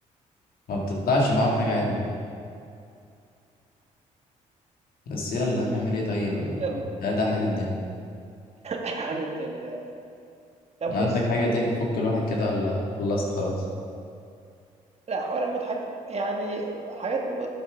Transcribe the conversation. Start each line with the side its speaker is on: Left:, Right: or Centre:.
Left: ما بتطلعش معاهم حاجة عدلة بس يلا هنعمل ايه طيب ال...
Right: يالّا
Left: ده ده حال الدنيا
Right: هانت <laughs> يعني طَب
Left: عندك
Right: بُص
Left: حاجة تاني تفك الواحد كده ولا خلصت خلاص
Right: لأ حوار مضحك يعني حاجات م